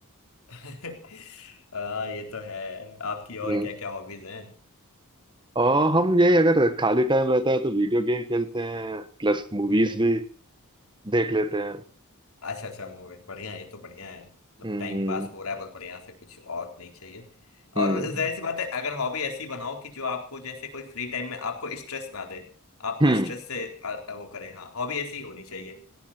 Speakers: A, on the left (about 70°); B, on the right (about 20°).
A: <laughs> आ, ये तो है आपकी और
B: हम्म।
A: क्या क्या हॉबीज हैं
B: और हम यही अगर खाली टाइम रहता है तो वीडियो गेम खेलते हैं प्लस मूवीज
A: हम्म
B: भी देख लेते हैं
A: अच्छा अच्छा मूवी बढ़िया है ये तो बढ़िया है मतलब
B: हम्म
A: टाइम
B: हम्म
A: पास हो रहा है बस बढ़िया से कुछ और नहीं चाहिए
B: हम्म
A: और जाहिर सी बात है अगर हॉबी ऐसी बनाओ कि जो आपको जैसे कोई फ्री टाइम में आपको स्ट्रेस ना दे आपको
B: हम्म
A: स्ट्रेस से आ, आ, वो करे हाँ हॉबी ऐसी होनी चाहिए